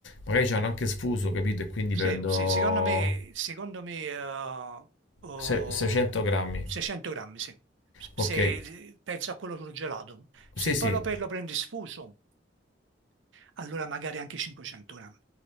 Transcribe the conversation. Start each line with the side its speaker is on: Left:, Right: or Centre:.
Left: magari ci hanno anche sfuso, capito? E quindi
Right: Sì,
Left: prendo
Right: sì, secondo me, secondo me eh, oh,
Left: se- 600 grammi.
Right: 600 grammi, sì. Se,
Left: Ok,
Right: se- penso a quello surgelato.
Left: sì,
Right: Se
Left: sì,
Right: poi lo, pe- lo prendi sfuso, allora magari anche 500 grammi.